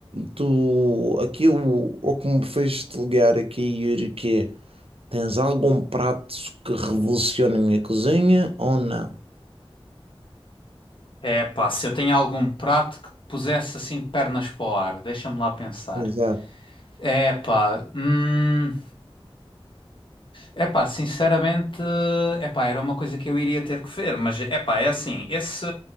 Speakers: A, on the right; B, on the left.
A: tu, aqui o, o que me fez te ligar aqui, Yuri, que é, tens algum prato que revolucione a minha cozinha ou não?
B: É pá, se eu tenho algum prato que pusesse assim de pernas para o ar, deixa-me lá pensar.
A: Exato.
B: É pá, hum. Epá, sinceramente, epá, era uma coisa que eu iria ter que ver, mas epá, é assim, esse,